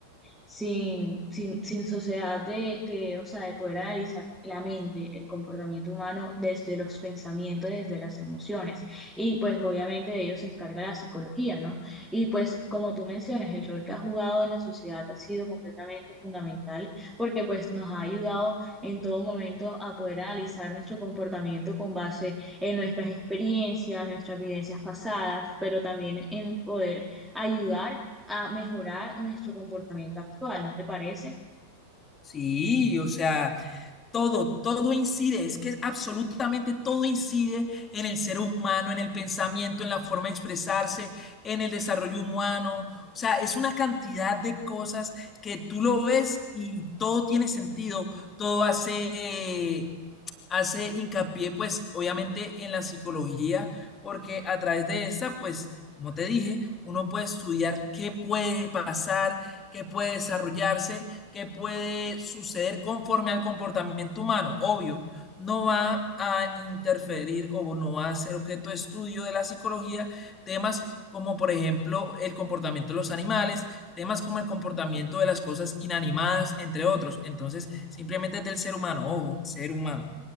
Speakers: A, in the centre; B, on the left (about 25°).
A: sin, sin, sin sociedad de, de, o sea, de poder analizar la mente, el comportamiento humano desde los pensamientos, desde las emociones. Y pues obviamente de ello se encarga la psicología, ¿no? Y pues como tú mencionas, el rol que ha jugado en la sociedad ha sido completamente fundamental porque pues nos ha ayudado en todo momento a poder analizar nuestro comportamiento con base en nuestras experiencias, nuestras vivencias pasadas, pero también en poder ayudar a mejorar nuestro comportamiento actual, ¿no te parece?
B: Sí, o sea, todo, todo incide, es que absolutamente todo incide en el ser humano, en el pensamiento, en la forma de expresarse, en el desarrollo humano. O sea, es una cantidad de cosas que tú lo ves y todo tiene sentido, todo hace hace hincapié, pues, obviamente en la psicología, porque a través de esa, pues, como te dije, uno puede estudiar qué puede pasar, qué puede desarrollarse, qué puede suceder conforme al comportamiento humano. Obvio, no va a interferir o no va a ser objeto de estudio de la psicología temas como, por ejemplo, el comportamiento de los animales, temas como el comportamiento de las cosas inanimadas, entre otros. Entonces, simplemente es del ser humano, ojo, ser humano.